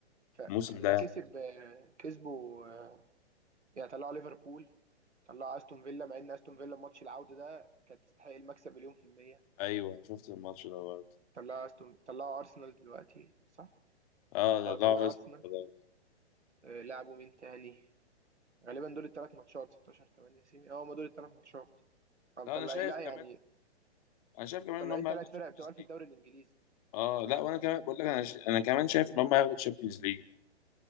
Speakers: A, on the right; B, on the left.
A: فاصل
B: الموسم ده
A: ده كسب آه، كسبوا آه، يعني طلعوا ليفربول طلعوا استون فيلا مع ان استون فيلا ماتش العوده ده كانت تستحق المكسب مليون في الميه
B: ايوه شفت الماتش ده برضه
A: طلعوا استون طلعوا ارسنال دلوقتي صح؟
B: اه
A: اه طلعوا
B: ده
A: ارسنال
B: لا
A: آه، لعبوا مين تاني غالبا دول الثلاث ماتشات 16 8 سيمي اه هم دول الثلاث ماتشات فمطلع
B: لا انا شايف
A: لا يعني
B: كمان انا شايف كمان
A: مطلعين
B: ان هم
A: ثلاث
B: هياخدوا الشامبيونز
A: فرق بتوع في
B: ليج
A: الدوري الانجليزي
B: اه لا وانا كمان بقول لك انا ش... انا كمان شايف ان هم هياخدوا الشامبيونز ليج